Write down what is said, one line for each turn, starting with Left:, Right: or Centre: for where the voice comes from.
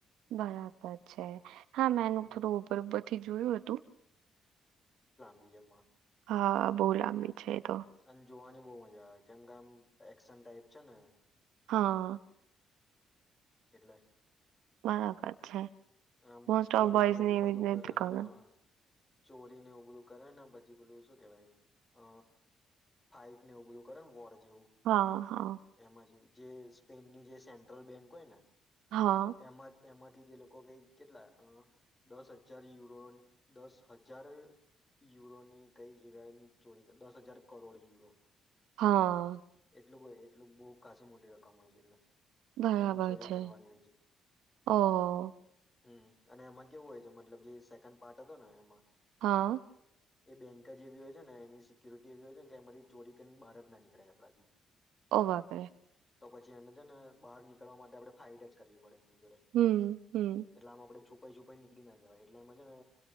Right: બરાબર છે. હા મેનું
Left: હમ
Right: થોડું ઉપર ઉપરથી જોયું હતું.
Left: બીજામાં
Right: હા બહુ લાંબી છે એ તો
Left: અને જોવાની બહુ મજા આવે કેમ કે આમ એક્શન ટાઈપ છે ને
Right: હ
Left: એટલે
Right: બરાબર છે.
Left: આમ
Right: મોસ્ટ
Left: ચોરીને
Right: ઓફ બોઈઝ
Left: એવું
Right: ને એવી
Left: બધું
Right: જ
Left: કરે
Right: નથી
Left: હા
Right: ગમે
Left: હા ચોરીને એવું બધું કરે ને પછી પેલું શું કેવાય અ ફાઈટ ને એવું બધું કરે વોર જેવું
Right: હા, હા,
Left: એમાં જે જે સ્પેનની જે સેન્ટ્રલ બેંક હોય ને
Right: હ
Left: એમાં એમાંથી જે લોકો કંઈ કેટલા અ દસ હજાર યુરો દસ હજાર યુરોની કઈ એવાની ચોરી દસ હજાર કરોડ યુરો
Right: હા
Left: એટલું એટલુંક બહુ ખાસી મોટી રકમ હોય છે એટલે
Right: બરાબર
Left: એની ચોરી
Right: છે.
Left: કરવાની
Right: ઓહ
Left: હમ્મ અને એમાં કેવું હોય છે મતલબ જે સેકન્ડ પાર્ટ હતો ને એમાં
Right: હા
Left: એ બેન્ક જ એવી હોય છે ને એની સિક્યોરિટી એવી હોય છે ને કે એમાંથી ચોરી કરીને બહાર જ ના નીકળાય આપણાથી
Right: ઓહ! બાપ રે
Left: તો પછી એને છે ને બહાર નીકળવા માટે આપણે ફાઇટ જ કરવી પડે એમની જોડે
Right: હમ, હમ,
Left: આમ આપણે છુપાઈ છુપાઈને નીકળી ના જવાય એટલે એમાં છે ને